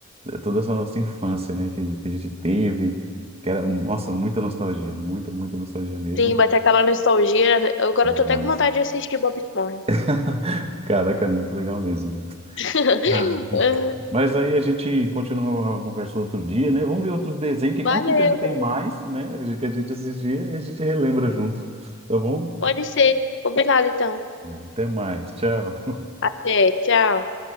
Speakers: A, on the right (about 30°); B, on the left (about 60°).
A: eh, toda essa nossa infância, né, que, que a gente teve, que era, nossa, muita nostalgia, muita, muita nostalgia mesmo,
B: Sim, bater aquela nostalgia. né? Agora eu tô até
A: mas,
B: com vontade de assistir Bob Esponja.
A: <laughs> caraca, é muito legal mesmo.
B: <laughs>
A: Ah, mas aí a gente continua a conversa outro dia, né, vamos ver outros desenhos, que
B: Valeu,
A: com certeza tem mais, né, que a gente assistia e a gente relembra junto, tá bom?
B: pode ser. Combinado então.
A: Até mais, tchau.
B: Até, tchau.